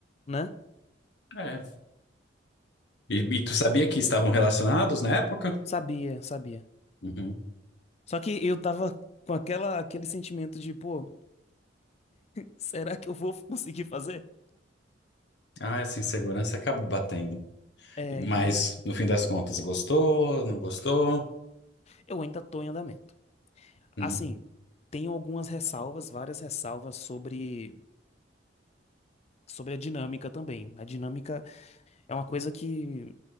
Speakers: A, on the left (about 35°); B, on the left (about 60°).
A: Né?
B: É. E, e tu sabia que estavam relacionados na época?
A: Sabia, sabia.
B: Uhum.
A: Só que eu tava com aquela, aquele sentimento de, pô, será que eu vou <laughs> conseguir fazer?
B: Ah, essa insegurança acaba batendo.
A: É,
B: Mas,
A: e
B: no fim das contas, gostou? Não gostou?
A: Eu ainda estou em andamento.
B: Uhum.
A: Assim, tenho algumas ressalvas, várias ressalvas sobre, sobre a dinâmica também. A dinâmica é uma coisa que